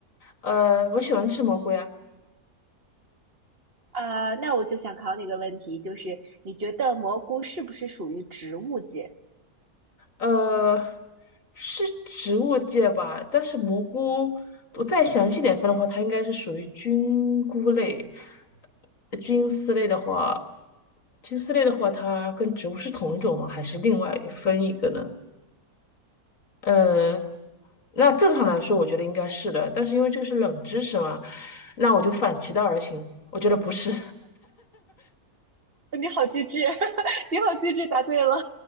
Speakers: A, on the left (about 60°); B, on the right (about 40°).
A: 呃，我喜欢吃蘑菇呀。
B: 呃，那我就想考你一个问题，就是你觉得蘑菇是不是属于植物界？
A: 呃，是植物界吧？但是蘑菇，我再详细点分的话，它应该是属于菌菇类。呃菌丝类的话，菌丝类的话，它跟植物是同一种吗？还是另外分一个呢？呃，那正常来说，我觉得应该是的，但是因为这个是冷知识嘛，那我就反其道而行，我觉得不是。
B: <laughs> 你好机智，<laughs> 你好机智，答对了。